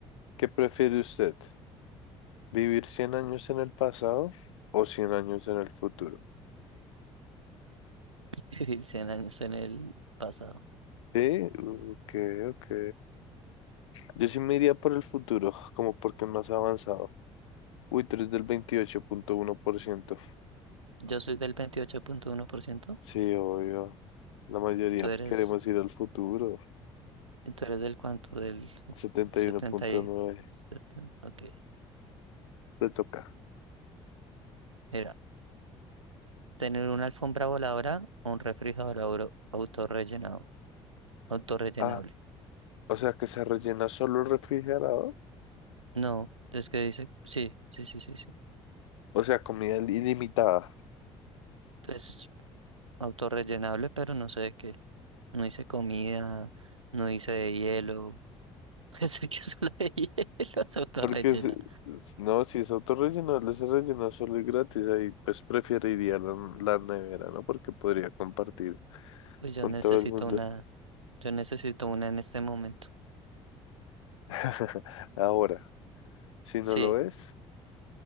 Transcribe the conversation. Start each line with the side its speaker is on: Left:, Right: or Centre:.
Left: ¿Qué prefiere usted? ¿Vivir cien años en el pasado o 100 años en el futuro?
Right: <laughs> Vivir 100 años en el pasado.
Left: Sí, ok, ok. Yo sí me iría por el futuro, como porque es más avanzado. Uy, tres del veintiocho punto uno por ciento
Right: Yo soy del veintiocho punto uno por ciento
Left: Sí, obvio. La mayoría
Right: ¿Y tú eres,
Left: queremos ir al futuro.
Right: y tú eres del cuánto? Del
Left: setenta
Right: 70
Left: y uno punto
Right: y
Left: nueve
Right: setenta Ok.
Left: Le toca.
Right: Mira, tener una alfombra voladora o un refrigerador au- autorrellenado, autorrellenable.
Left: Ah, O sea, que se rellena solo el refrigerador.
Right: No, es que dice, sí, sí, sí, sí, sí.
Left: O sea, comida ilimitada.
Right: Pues autorrellenable, pero no sé de qué. No hice comida, no hice de hielo. <laughs> Pensé que solo de hielo se autorrellena.
Left: Porque si- no, si es autorrellenable, se rellena solo y gratis. Ahí pues preferiría la, la nevera, ¿no? Porque podría compartir
Right: Pues yo
Left: con
Right: necesito
Left: todo el mundo.
Right: una, yo necesito una en este momento.
Left: <laughs> Ahora, si no
Right: Sí,
Left: lo es,